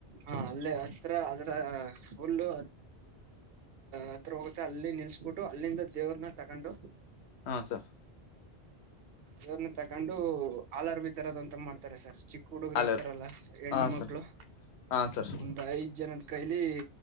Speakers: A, on the right; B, on the left.
A: ಹ ಅಲ್ಲೇ ಹತ್ರ ಅದರ ಹುಲ್ಲು ಹತ್ರ ಹೋಗುತ್ತೆ ಅಲ್ಲಿ ನಿಲ್ಸ್ಬಿಟ್ಟು ಅಲ್ಲಿಂದ ದೇವ್ರನ್ನ ತಗೊಂಡು
B: ಹಾ ಸರ್
A: ದೇವನ್ನ ತಗೊಂಡು ಅಲರ್ಬಿ ತರದ ಅಂತ ಮಾಡ್ತಾರೆ ಸರ್ ಚಿಕ್ಕ ಹುಡುಗುರು
B: ಅಲ್ಲೇ
A: ಇರ್ತಾರಲ್ಲ ಹೆಣ
B: ಹಾ
A: ಮಕ್ಳು
B: ಸರ್ ಹಾ ಸರ್
A: ಒಂದ್ ಐದ್ ಜನದ ಕೈಲಿ